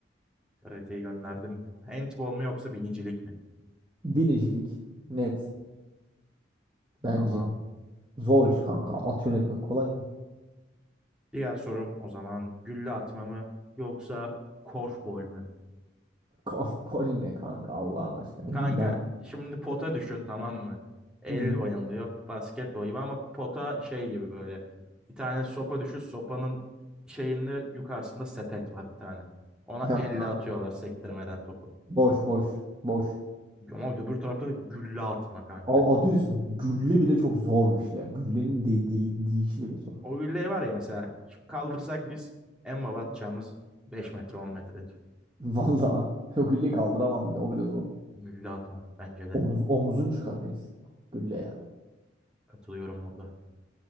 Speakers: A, in the centre; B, on the right.
A: karateyi gönderdim. Handball mu yoksa binicilik mi?
B: Binicilik net bence.
A: Tamam.
B: Zor iş kanka. At yönetmek kolay mı?
A: Diğer sorum o zaman gülle atma mı yoksa korfbol mu?
B: Golf <laughs> bol ne kanka Allah'ın aşkına.
A: Kanka
B: Gülle at.
A: şimdi pota düşün tamam mı? Elle
B: Hı.
A: oynanılıyor basketbol gibi ama pota şey gibi böyle. Bir tane sopa düşün sopanın şeyinde yukarısında sepet var bir tane. Ona
B: Yok
A: elle
B: kanka.
A: atıyorlar sektirmeden topu.
B: Boş boş boş.
A: Ama öbür tarafta da gülle atma kanka.
B: Al adı üstünde. Gülle bile çok zor bir şey. ya. Güllenin de değil deyişi bile zor.
A: O gülleyi var ya mesela şu kaldırsak biz en baba atacağımız 5 metre 10 metredir.
B: <laughs> Vallahi o gülleyi kaldıramam bile. O bile zor.
A: Gülle atma bence de.
B: Omuz, omuzun çıkar reis. Gülle ya.
A: Katılıyorum burada.